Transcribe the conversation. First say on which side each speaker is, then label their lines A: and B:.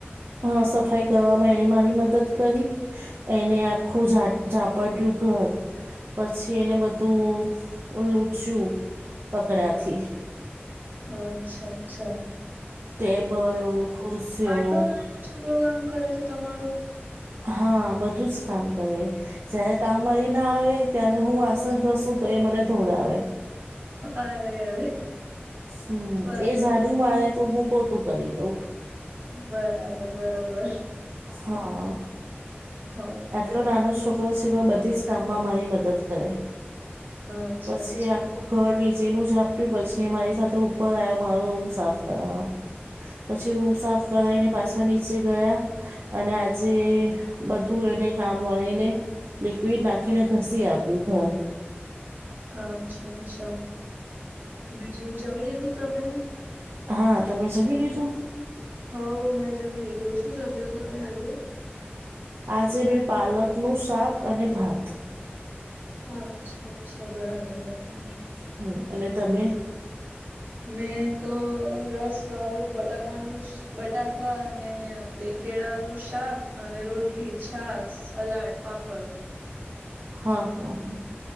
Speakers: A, on the right; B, on the right.
A: હા સફાઈ કરવામાં એને મારી મદદ કરી એને આખું ઝાપડટયું ઘર પછી એને બધું લૂચ્યું કકડાથી
B: હા અચ્છા અચ્છા
A: ટેબલો ખુરશીઓ
B: આટલો નાનો પ્રોગ્રામ કરે છે તમારું
A: હા બધું જ કામ કરે જય્યારે કામવાળ ના આવે ત્યારે હું આસસ કરસું તો એ મને ધોડાવે
B: અરે અરે
A: હમ
B: બરાબર
A: એ સાઝડું મારે્યા તું હું પો તું કરી દઉં.
B: બરાબર બરાબર
A: હા
B: હ
A: આટલો નાનો છોકરો છે બધી જ કામમાં મારી મદદ કરે
B: અચ્છા
A: બસ
B: અચ્છા
A: આ ખુબ ઘર નીચેનુંું ઝાપટ્યું પછી મારી સાથે ઉપર આવ્યો મારો રૂમ સાફ કરવાવા પછી રૂમ સાફ કરાવીને પાછા નીચે ગયા અને આજે બધ બધું એને કામ વાીને લિક્વિડ નાખીને ઘસી આપ્યું ઘર
B: અચ્છા અચ્છા બીજું જમી લીધું તમે
A: હા તમે જમી લીધું
B: હ મેં જમે લીધો શું જમ્યો તમે આજે
A: આજે મેં પાલકનું શાક અને ભાત
B: અચ્છા અચ્છા બરાબર બરાબર
A: હમ અને તમે
B: મેં તો રસ વાળું બટાકાનું બટાકા અને આપડે કેળા નું શાક અને રોટલી છાસ સલાડ પાપડ
A: હા હા હા